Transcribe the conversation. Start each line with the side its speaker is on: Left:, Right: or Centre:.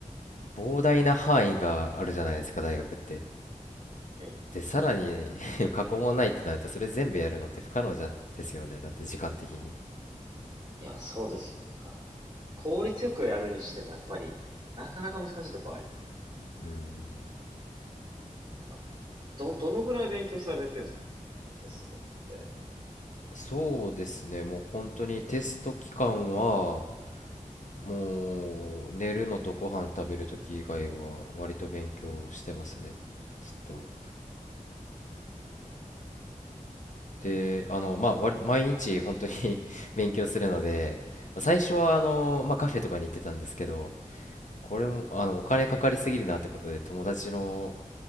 Left: 膨大な範囲があるじゃないですか、大学って。
Right: の。ええ。
Left: で、さらに <laughs> 過去問ないってなると、それ全部やるのって不可能じゃ、ですよね。だって時間的に。
Right: いや、そうですね、なんか、効率よくやるにしてもやっぱり、なかなか難しいところありますからね。
Left: うん、
Right: なんか、ど、どのぐらい勉強されてるんですか、結構、テストとかって。
Left: そうですね、もう本当にテスト期間は、もう寝るのとご飯食べるとき以外は、割と勉強してますね、ずっと。
Right: うん
Left: で、あの、まあ、割毎日本当に <laughs> 勉強するので、まあ最初はあの、まあ、カフェとかに行ってたんですけど、これも、あの、お金かかりすぎるなってことで、友達の、